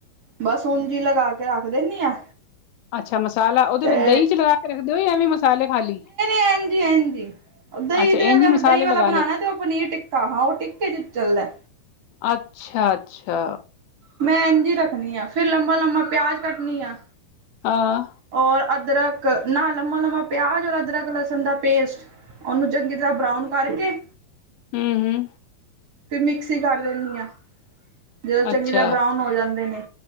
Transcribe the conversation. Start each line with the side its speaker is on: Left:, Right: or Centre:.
Right: ਬਸ ਉਂਜ ਹੀ ਲਗਾ ਕੇ ਰੱਖ ਦਿੰਦੀ ਆ।
Left: ਅੱਛਾ ਮਸਾਲਾ ਉਹਦੇ
Right: ਤੇ
Left: ਵਿੱਚ ਦਹੀਂ ਚ ਲਗਾ ਕੇ ਰੱਖਦੇ ਹੋ ਜਾਂ ਐਵੀ ਮਸਾਲੇ ਖਾਲੀ।
Right: ਹਾਂਜੀ -ਹਾਂਜੀ ਦਹੀਂ
Left: ਅੱਛਾ
Right: ਤੇ
Left: ਇੰਝ
Right: ਅਗਰ
Left: ਹੀ ਮਸਾਲੇ
Right: ਦਹੀਂ ਵਾਲਾ
Left: ਲਗਾਣੇ
Right: ਬਣਾਉਣਾ ਤੇ ਉਹ ਪਨੀਰ ਟਿੱਕਾ ਹਾਂ ਉਹ ਟਿੱਕੇ ਚ ਚੱਲਦਾ।
Left: ਅੱਛਾ, ਅੱਛਾ।
Right: ਮੈਂ ਇੰਝ ਰੱਖਦੀ ਆਂ- ਫੇਰ ਲੰਬਾ -ਲੰਬਾ ਪਿਆਜ ਕੱਟਣੀ ਆਂ।
Left: ਹਾਂ।
Right: ਔਰ ਅਦਰਕ, ਨਾ ਲੰਬਾ- ਲੰਬਾ ਪਿਆਜ ਔਰ ਅਦਰਕ ਲਸਣ ਦਾ ਪੇਸਟ। ਉਹਨੂੰ ਚੰਗੀ ਤਰ੍ਹਾਂ ਬਰਾਊਨ ਕਰਕੇ।
Left: ਹਮ ਹਮ।
Right: ਫਿਰ ਮਿਕਸੀ ਕਰ ਦਿੰਦੀ ਆਂ। ਜਦੋਂ ਚੰਗੀ
Left: ਅੱਛਾ
Right: ਤਰ੍ਹਾਂ ਬਰਾਊਨ ਹੋ ਜਾਂਦੇ ਨੇ,